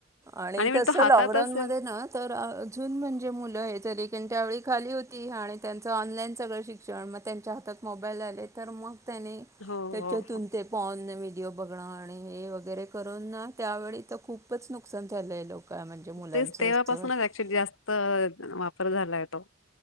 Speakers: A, on the right (about 15°); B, on the left (about 80°).
A: आणि कसं
B: म्हणजे तो हातात
A: लॉकडाऊनमध्ये
B: असेल
A: ना तर अून म्हणजे मुलं हे जरी त्यांच्याळी खाली होती आणि त्यांचं ऑनलाईन सगळं शिक्षण मग त्यांच्या हातात मोबाईल आले तर मग त्याने,
B: हो
A: त्याच्यातून
B: हो हो.
A: ते <unintelligible> व्हिडिओ बघन. आणि हे वगैरे करून त्यावेळी तर खूपच नुकसान झालं आहे लोक म्हणजे मुलांचं
B: तेच तेव्हापासूनच
A: असं वाटतं
B: ऍक्च्युली जास्त वापर झालाय तो.